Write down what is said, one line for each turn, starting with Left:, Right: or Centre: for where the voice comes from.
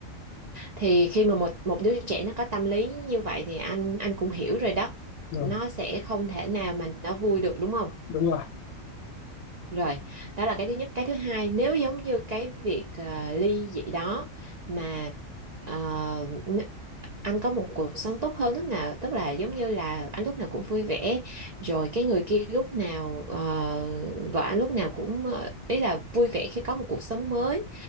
Right: thì khi mà một một đứa trẻ nó có tâm lý như vậy thì anh anh cũng hiểu rồi đó
Left: rồi,
Right: nó sẽ không thể nào mà nó vui được đúng không
Left: đúng rồi
Right: Rồi, đó là cái thứ nhất. Cái thứ hai, nếu giống như cái việc ờ, ly dị đó mà ờ, n- anh có một cuộc sống tốt hơn lúc nào, tức là giống như là anh lúc nào cũng vui vẻ, rồi cái người kia lúc nào, ờ, vợ anh lúc nào cũng, ờ, ý là vui vẻ khi có một cuộc sống mới.